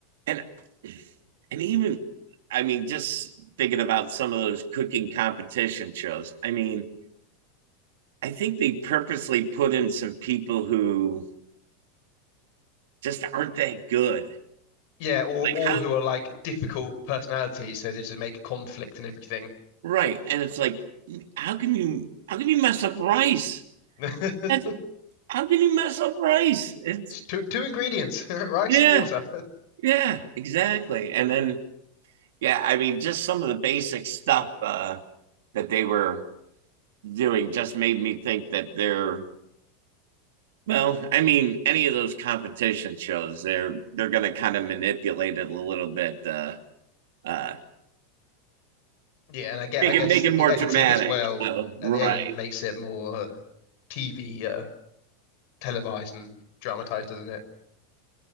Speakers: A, on the right; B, on the left.
A: And and even I mean, just thinking about some of those cooking competition shows. I mean, I think they purposely put in some people who just aren't that good.
B: Yeah, or or
A: How,
B: who are like difficult personalities, so they just make conflict and everything.
A: right. And it's like, how can you how can you mess up rice?
B: <laughs>
A: That's, how can you mess up rice? It's
B: It's two two ingredients, <laughs> rice
A: yeah,
B: and water.
A: yeah, exactly. And then yeah, I mean, just some of the basic stuff uh, that they were doing just made me think that they're well, I mean, any of those competition shows, they're they're going to kind of manipulate it a little bit uh, uh,
B: Yeah, and I get
A: Make
B: I guess
A: it make it more
B: the editing
A: dramatic.
B: as well
A: So, right.
B: at the end makes it more TV uh, televised and dramatized, doesn't it?